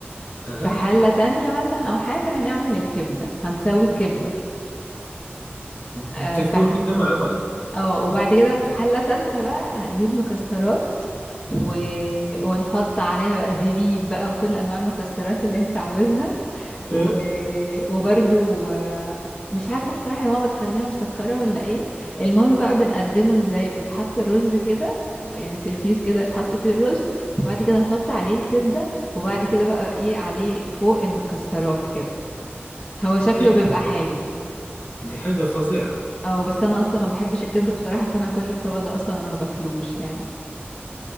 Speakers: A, on the left; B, on the left.
A: اها
B: في حلة تانية مثلا او حاجة هنعمل الكبدة هنسوي الكبدة آه،
A: بتاكلوا
B: في
A: كده مع بعض
B: اه وبعد كده في حلة تالتة بقى هنجيب مكسرات و... ونحط عليها بقى زبيب بقى وكل انواع المكسرات اللي انت عاوزها و...
A: أه؟
B: وبرضو آه، مش عارفة بصراحة يا ماما بتخليها مسكرة ولا ايه المهم بقى بنقدمه ازاي بتحط الرز كده يعني سيرفيس كده يتحط فيه الرز وبعد كده نحط عليه الكبدة وبعد كده بقى ايه عليه فوق المكسرات كده هو شكله
A: دي
B: بيبقى
A: حاجة
B: حلو
A: دي حاجة فظيعة
B: اه بس انا اصلا ما بحبش الكبدة بصراحة فانا كل الطبق ده اصلا انا ما باكلوش يعني